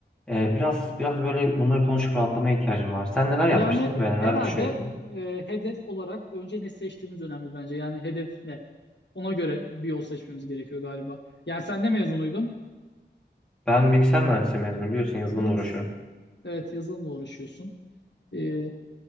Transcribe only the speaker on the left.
Yani
herhalde
e, hedef olarak önce ne seçtiğimiz önemli bence. Yani hedef ne? Ona göre bir yol seçmemiz gerekiyor galiba. Yani sen ne mezunuydun?
Biz.
Evet, yazılımla uğraşıyorsun. E,